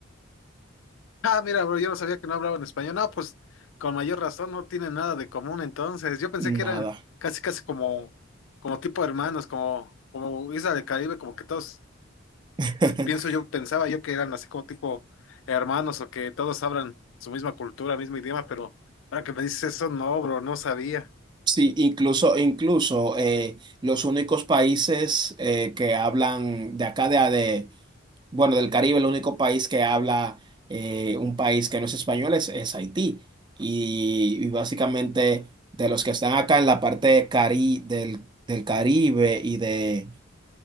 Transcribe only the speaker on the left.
Ah, mira, bro, yo no sabía que no hablaban español. No, pues con mayor razón no tienen nada de común entonces. Yo pensé
que eran casi casi como, como tipo hermanos, como, como Isla del Caribe, como que todos,
pienso yo, pensaba yo que eran así como tipo hermanos o que todos hablan su misma cultura, mismo idioma, pero ahora que me dices eso, no, bro, no sabía.